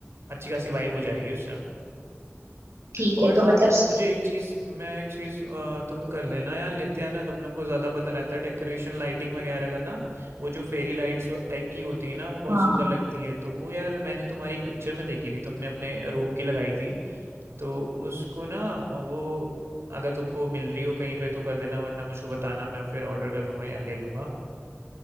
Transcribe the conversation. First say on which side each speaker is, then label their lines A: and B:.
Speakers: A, on the right (about 60°); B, on the right (about 80°).
A: अच्छी खासी वाइब हो जाएगी उससे
B: ठीक
A: और
B: है
A: हाँ
B: तो मतलब
A: मुझे एक चीज मैं एक चीज अ, तुम कर लेना यार लेते आना तुम लोगों को ज्यादा पता रहता है डेकोरेशन लाइटिंग वगैरह का ना वो जो फेरी लाइट्स टाइप की होती है ना वो बहुत
B: हाँ
A: सुंदर लगती है तो वो यार मैंने तुम्हारी एक पिक्चर में देखी थी तुमने अपने रूम की लगाई थी तो उसको ना वो अगर तुमको मिल रही हो कहीं पे तो कर देना वरना मुझको बताना मैं फिर ऑर्डर कर दूंगा या ले लूंगा